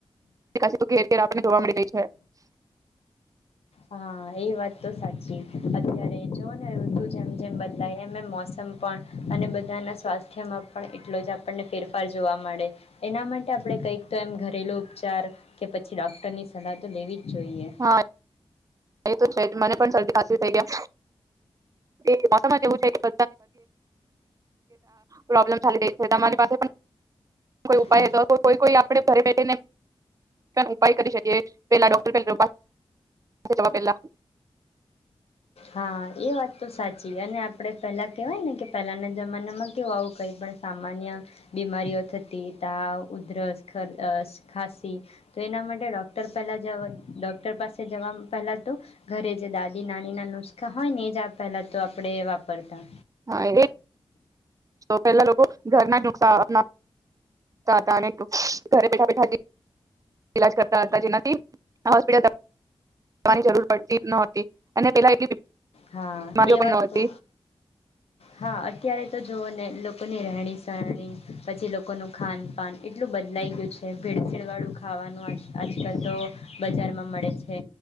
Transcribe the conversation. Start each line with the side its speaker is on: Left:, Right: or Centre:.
Right: શ ઘેર ઘેર આપણને જોવા મળી રહી છે.
Left: હા એ વાત તો સાચી અત્યારે જો ને આવું તું જેમ જેમ બદલાય એમ એમ મોસમ પણ અને બધાના સ્વાસ્થ્યમાં પણ એટલો જ આપણને ફેરફાર જોવા મળે, એના માટે આપણેે કંઈક તો એમ ઘરેલુ ઉપચાર કે પછી ડોક્ટર ની સલાહ તો લેવી જ જોઈએ.
Right: હા એ તો છે મને પણ શરદી ખાસીસી થઈ ગયા એ મોસમ એવું છે કે <inaudible> પ્રોબ્લેમ ચાલી રહી છે, તમારી પાસે પણ કોઈ ઉપાય
Left: હા
Right: હતો કોઈ કોઈ આપણે ઘરે બેઠીને ઉપાય કરી શકીએ. પેલા ડોકલ પેલા રૂપ જ પેલા
Left: હા એ વાત તો સાચી અને આપણે પહેલા કેહેવાય ને કે પહેલાના જમાનામાં કેવું આવું કઈ પણ સામાન્ય બીમારીઓ થતી, તાવ ઉધરસ, ખસ ખાસી, તો એના માટે ડોક્ટર પહેલા જવા ડોક્ટર પાસે જવા પહેલા તો ઘરે જ જે દાદી નાની ના નુસ્ખા હોય, ને એ જ પહેલા તો આપણે વાપરતા
Right: હા એ પહેલા લોકો ઘરના નુકાન હતા, ઘરે બેઠા બેઠા ઈલાજ કરતા હતા, જેનાથી હોસ્પિટલની જરૂર પડતી નતી અને પેલા
Left: હા
Right: બીમારીઓ
Left: એ
Right: પણ
Left: વાત
Right: ન હતી
Left: તો હા અત્યારે તો જોવો ને લોકોની રહેણી સરણી પછી લોકોનું ખાનપાન એટલું બદલાઈ ગયું છે, ભેડસેડવાળું ખાવાનું આ આજકાલ તો બજારમાં મળે છે